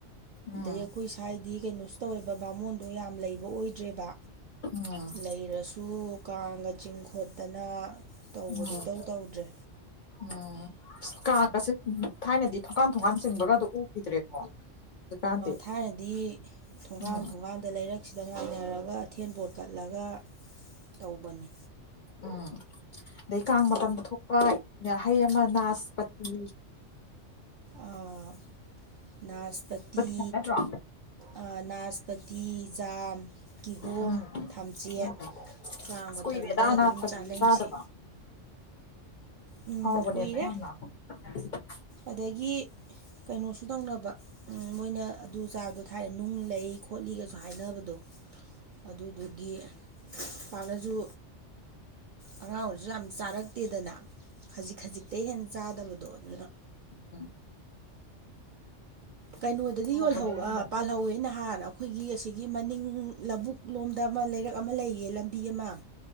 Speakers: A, on the right; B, on the left.
A: ꯑꯗꯩ
B: ꯎꯝ
A: ꯑꯩꯈꯣꯏ ꯁ꯭ꯋꯥꯏꯗꯤ ꯀꯩꯅꯣꯁꯨ ꯇꯧꯋꯦꯕ ꯕꯥꯃꯣꯟꯗꯣ ꯌꯥꯝ ꯂꯩꯕ ꯑꯣꯏꯗ꯭ꯔꯦꯕ
B: ꯎꯝ
A: ꯂꯩꯔꯁꯨ ꯀꯥꯡꯒ ꯆꯤꯡ ꯈꯣꯠꯇꯅ ꯇꯧꯕꯗꯣ
B: ꯎꯝ
A: ꯏꯇꯧ ꯇꯧꯗ꯭ꯔꯦ
B: ꯎꯝ ꯀꯥꯡꯒꯁꯦ ꯊꯥꯏꯅꯗꯤ ꯊꯣꯡꯒꯥꯟ ꯊꯣꯡꯒꯥꯟ ꯆꯤꯡꯕꯒꯗꯨ ꯎꯈꯤꯗ꯭ꯔꯦꯀꯣ ꯍꯧꯖꯤꯛꯀꯥꯟꯗꯤ
A: ꯊꯥꯏꯅꯗꯤ ꯊꯣꯡꯒꯥꯟ
B: ꯎꯝ
A: ꯊꯣꯡꯒꯥꯟꯗ ꯂꯩꯔꯛꯁꯤꯗ ꯉꯥꯏꯅꯔꯒ ꯑꯊꯦꯟꯄꯣꯠ ꯀꯠꯂꯒ ꯇꯧꯕꯅꯤ
B: ꯎꯝ ꯑꯗꯩ ꯀꯥꯡ ꯃꯇꯝꯗ ꯊꯣꯛꯄ ꯍꯩ ꯑꯃ ꯅꯥꯁꯄꯥꯇꯤ
A: ꯑꯥ ꯅꯥꯁꯄꯇꯤ
B: ꯍꯥꯏꯕ ꯅꯠꯇ꯭ꯔꯣ
A: ꯑꯥ ꯅꯥꯁ ꯄꯇꯤ ꯖꯥꯝ ꯀꯤꯍꯣꯝ
B: ꯎꯝ
A: ꯊꯝꯆꯦꯠ
B: ꯎꯝ
A: ꯀꯥꯡ
B: ꯑꯁ
A: ꯃꯇꯝꯗ
B: ꯀꯨꯏꯔꯦꯗ
A: ꯑꯗꯨꯝ
B: ꯅꯥꯁꯄꯇꯤꯗꯤ
A: ꯆꯥꯅꯩꯁꯤ
B: ꯆꯥꯗꯕ
A: ꯎꯝ
B: ꯍꯥꯎꯕꯅꯦꯕ
A: ꯀꯨꯏꯔꯦ
B: <inaudible>
A: ꯑꯗꯒꯤ ꯀꯩꯅꯣꯁꯨ ꯇꯧꯅꯕ ꯎꯝ ꯃꯣꯏꯅ ꯑꯗꯨ ꯆꯥꯕꯗꯣ ꯊꯥꯏꯅ ꯅꯨꯡ ꯂꯩ ꯈꯣꯠꯂꯤꯒꯁꯨ ꯍꯥꯏꯅꯕꯗꯣ ꯑꯗꯨꯗꯨꯒꯤ ꯄꯥꯛꯅꯁꯨ ꯑꯉꯥꯡ ꯑꯣꯏꯔꯤꯁꯨ ꯌꯥꯝ ꯆꯥꯔꯛꯇꯦꯗꯅ ꯈꯖꯤꯛ ꯈꯖꯤꯛꯇꯩ ꯍꯦꯟ ꯆꯥꯗꯕꯗꯣ ꯑꯗꯨꯅ
B: ꯎꯝ
A: ꯀꯩꯅꯣꯗꯗꯤ
B: ꯍꯥꯎꯕꯅꯦ
A: ꯌꯣꯜꯍꯧ
B: ꯌꯥꯝꯅ
A: ꯑ ꯄꯥꯜꯍꯧꯋꯦ ꯅꯍꯥꯟ ꯑ ꯑꯩꯈꯣꯏꯒꯤ ꯑꯁꯤꯒꯤ ꯃꯅꯤꯡ ꯂꯧꯕꯨꯛ ꯂꯣꯝꯗ ꯑꯃ ꯂꯩꯔꯛ ꯑꯃ ꯂꯩꯌꯦ ꯂꯝꯕꯤ ꯑꯃ